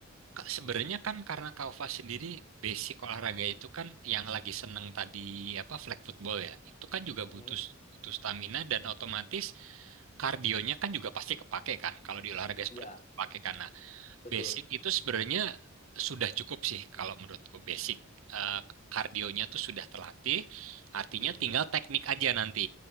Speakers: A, on the right (about 75°); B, on the left (about 30°).
A: Kak, sebenarnya
B: Mm-mm.
A: kan karena Kaufa sendiri basic olahraga itu kan yang lagi seneng tadi apa flag football ya. Itu kan juga
B: Mm-mm.
A: butuh butuh stamina dan otomatis kardionya kan juga pasti kepake kan kalau di olahraga
B: Iya,
A: seperti itu kepake kan.
B: betul.
A: Basic itu sebenarnya sudah cukup sih kalau menurutku basic eh, kardionya tuh sudah terlatih, artinya
B: Mm-mm.
A: tinggal teknik aja nanti.